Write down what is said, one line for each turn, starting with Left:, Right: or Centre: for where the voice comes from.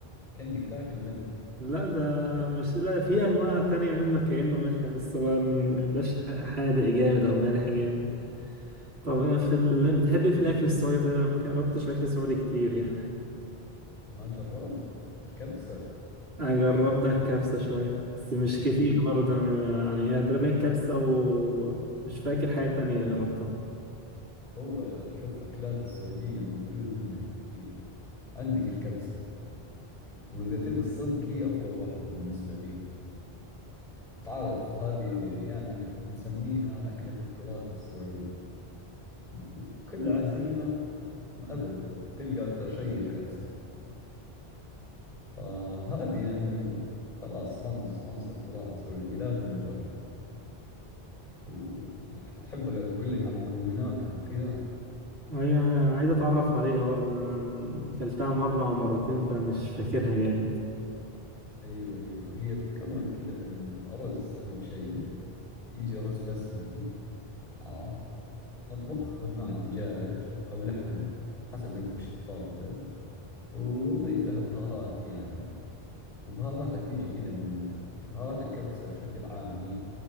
Left: كأنك تاكل ملح
Right: لا ده مش لا في أنواع تانية منه كأنه ملح بس هو م- مبيبقاش ح- حادق جامد أو مالح جامد طب في ال... بتحب إيه في الأكل السعودي طيب أنا ما جربتش أكل سعودي كتير يعني
Left: ما جربت الكبسة
Right: أنا جربت الكبسة شوية بس مش كتير
Left: أي
Right: برضه يعني يعني هي تقريبا الكبسة ومش فاكر حاجة تانية جربتها
Left: هو شوف أكلات السعودية موجود منها كثير عندك الكبسة وإذا تبي الصدق هي أفضل واحدة بالنسبة لي تعرف هذه يعني نسميها أكلة التراث السعودي وفي كل عزيمة أبد تلقى أكثر شيء الكبسة فهذه يعني خلاص رمز عنصر تراث سعودي لازم تجربه وتحب أقول لك عن مكوناتها وكذا
Right: هي عايز اتعرف عليها برضه انا اكلتها مره او مرتين فمش فاكرها جامد
Left: أيوة أيوة هي تتكون كذا من أرز أهم شيء يجي رز بسمتي عرفت نطبخهم مع الدجاج أو لحم حسب أنت وش تفضل ونضيف لها بهارات يعني وبهاراتها تيجي كذا من بهارات الكبسة بشكل عام هي